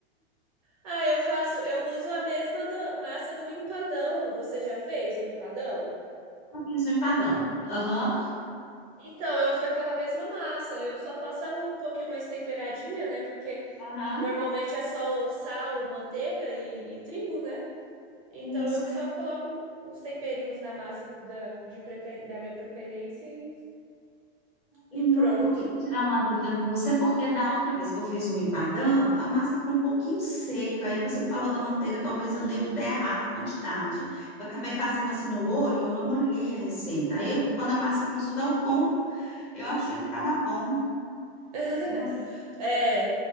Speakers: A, on the right; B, on the left.
A: Ah, eu faço, eu uso a mesma do- massa do empadão. Você já fez o empadão?
B: Eu fiz um empadão. Aham,
A: Então, eu uso aquela mesma massa. Eu só faço ela um pouquinho mais temperadinha, né? Porque
B: aham.
A: Normalmente é só sal, manteiga e, e trigo, né? Então
B: Isso.
A: eu só coloco um, uns temperinhos na massa da, de prefer- da minha preferência e,
B: E
A: e
B: eu,
A: pronto.
B: eu queria tirar uma dúvida com você, porque da outra vez que eu fiz o empadão, a massa ficou um pouquinho seca. Aí você falou da manteiga, talvez eu devo ter errado a quantidade. Eu acabei fazendo assim no olho, eu não molhei a receita. Aí, quando a massa começou a dar o ponto, eu achei que estava bom.
A: <laughs>
B: Se você,
A: É,